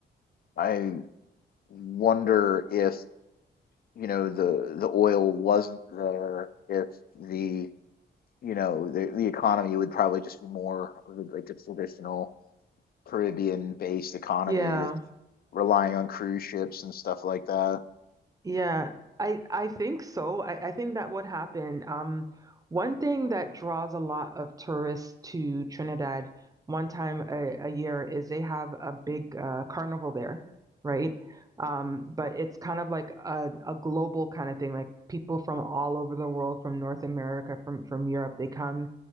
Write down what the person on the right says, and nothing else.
Yeah.
Yeah, I I think so. I, I think that would happen. Um, one thing that draws a lot of tourists to Trinidad one time a, a year is they have a big uh, carnival there, right? Um, but it's kind of like a, a global kind of thing. Like people from all over the world, from North America, from from Europe, they come